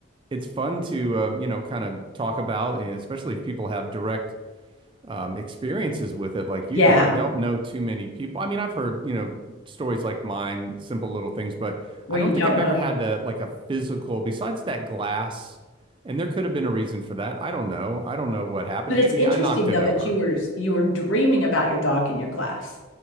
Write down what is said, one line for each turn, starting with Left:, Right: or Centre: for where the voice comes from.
Right: it's fun to uh, you know, kind of talk about, and especially if people have direct um, experiences with it like you
Left: yeah,
Right: do. I don't know too many people. I mean, I've heard, you know, stories like mine, simple little things, but
Left: where
Right: I don't
Left: you don't
Right: think I've
Left: know.
Right: ever
Left: yet.
Right: had to like a physical, besides that glass, and there could have been a reason for that. I don't know. I don't know what happened.
Left: But it's
Right: Maybe
Left: interesting
Right: I knocked it
Left: though
Right: over.
Left: that you were you were dreaming about your dog in your glass.